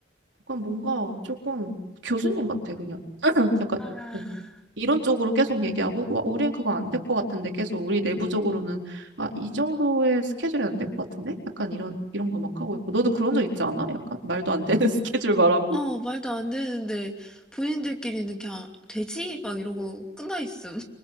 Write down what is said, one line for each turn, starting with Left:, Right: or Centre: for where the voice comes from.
Right: 약간 뭔가 조금 교수님 같아, 그냥. <clears throat> 약간,
Centre: 아.
Right: 어, 이런 쪽으로 계속 얘기하고 와, 우린 그거 안 될 것 같은데 계속 우리 내부적으로는 아, 이 정도의 스케줄이 안 될 것 같은데 약간 이런 이런 거 막 하고 있고 너도 그런 적 있지 않아? 약간 말도 안 되는 <laughs> 스케줄 말하고
Centre: 어, 말도 안 되는데, 본인들끼리는 그냥, 되지? 막 이러고 끝나 있음.